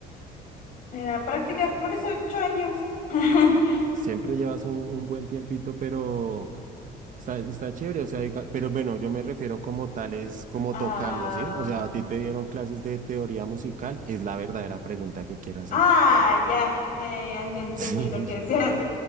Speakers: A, on the left; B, on the right.
A: Era práctica por eso ocho años. <laughs>
B: Siempre llevas un, un buen tiempito, pero está, está chévere, o sea, diga- pero bueno, yo me refiero como tal, es como
A: Ah,
B: tocando, ¿sí? O sea, a ti te dieron clases de teoría musical, es la verdadera pregunta que quiero hacer.
A: ah, ya, ya, ya, ya, ya
B: <laughs>
A: entendí lo
B: Sí.
A: que decías.